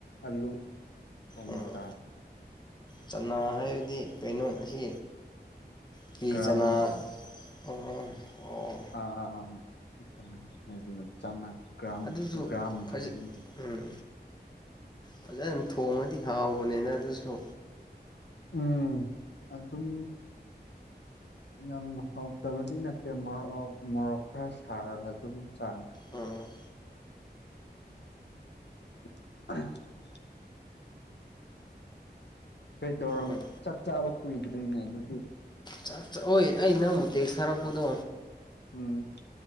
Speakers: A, on the left; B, on the left.
A: ꯑꯂꯨ ꯊꯣꯡꯕ
B: ꯑꯣ
A: ꯆꯥꯔꯦ
B: ꯆꯅꯥ ꯍꯥꯏꯕꯗꯤ ꯀꯩꯅꯣ ꯑꯁꯤ ꯀꯤꯔꯤ
A: ꯒ꯭ꯔꯥꯝꯗꯣ
B: ꯆꯅꯥ ꯑꯣ ꯑꯣ
A: ꯑ ꯑ ꯑ ꯑꯩ ꯀꯃꯥꯏꯟ ꯍꯥꯏꯗꯣꯏꯅꯣ ꯆꯅꯥ ꯒ꯭ꯔꯥꯝ
B: ꯑꯗꯨꯁꯨ
A: ꯒ꯭ꯔꯥꯝ
B: ꯐꯖ
A: ꯍꯥꯏꯅ
B: ꯎꯝ ꯐꯖꯟ ꯊꯣꯡꯉꯗꯤ ꯍꯥꯎꯕꯅꯦꯗꯥ ꯑꯗꯨꯁꯨ
A: ꯎꯝ ꯑꯗꯨꯝ ꯌꯥꯝ ꯍꯧꯇꯕꯗꯤ ꯅꯠꯇꯦ ꯃꯣꯔꯣꯛ ꯃꯣꯔꯣꯛ ꯈꯔ ꯁꯥꯔꯒ ꯑꯗꯨꯝ ꯆꯥꯔꯦ
B: ꯎꯝ
A: <inaudible> ꯀꯩꯗꯧꯔ
B: ꯎꯝ
A: ꯆꯥꯛ ꯆꯥꯕ ꯀꯨꯏꯗ꯭ꯔꯤꯅꯦ ꯑꯗꯨꯗꯤ
B: ꯆꯥꯛ ꯆ ꯑꯣꯏ ꯑꯩ ꯅꯪꯕꯨ ꯇꯦꯛꯁ ꯊꯥꯔꯛꯄꯗꯣ
A: ꯎꯝ